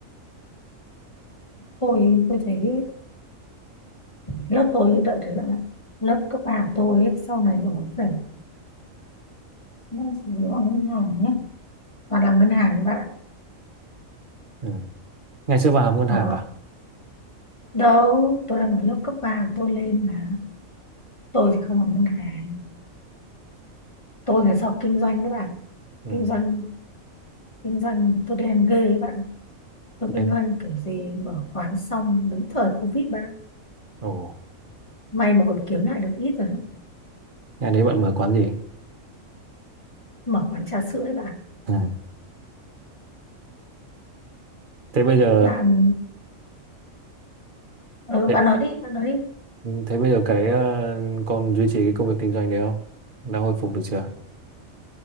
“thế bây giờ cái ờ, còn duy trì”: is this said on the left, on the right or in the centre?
Right